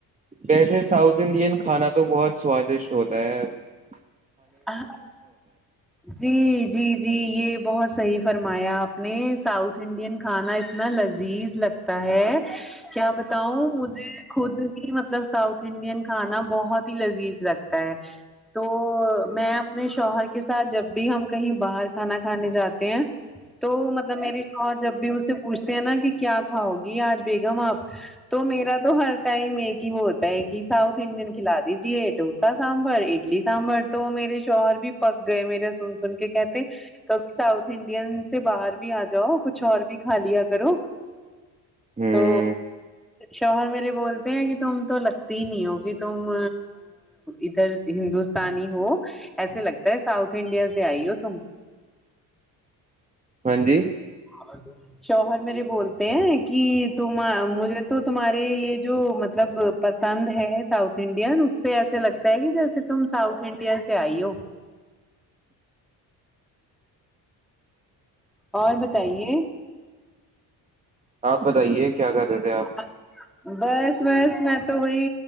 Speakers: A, on the right; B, in the centre.
A: ویسے ساؤتھ انڈین کھانا تو بہت سوادشٹ ہوتا ہے ا
B: ہ جی جی جی یہ بہت صحیح فرمایا آپ نے ساؤتھ انڈین کھانا اتنا لذیذ لگتا ہے کیا بتاؤں مجھے خود ہی مطلب ساؤتھ انڈین کھانا بہت ہی لذیذ لگتا ہے تو میں اپنے شوہر کے ساتھ جب بھی ہم کہیں باہر کھانا کھانے جاتے ہیں تو مطلب میری شوہر جب بھی اس سے پوچھتے ہیں نا کہ کیا کاؤ گی آج بیگم آپ تو میرا تو ہر ٹائم مگی وہ ہوتا ہے کہ ساؤتھ انڈین کھلا دیجیے ڈوسا سانبر اڈلی سانبر تو میرے شوہر بھی پک گئے میرے سن سن کے کہتے ساؤتھ انڈین سے باہر بھی آ جاؤ کچھ اور بھی کھا لیا کرو
A: ہ
B: تو شوہر میرے بولتے ہیں کہ تم تو لگتی ہی نہیں ہو کہ تم ادھر ہندوستانی ہو ایسے لگتا ہے ساؤتھ انڈیا سے آئی ہو تم
A: ہاں جی
B: اور شوہر میرے بولتے ہیں کہ تم مجھے تو تمہارے یہ جو مطلب پسند ہے ساؤتھ انڈین اس سے ایسے لگتا ہے کہ جیسے تم ساؤتھ انڈین سے آئی ہو اور بتائیے
A: آپ بتائیے کیا کر رہے آپ
B: ا بس بس میں تو وہی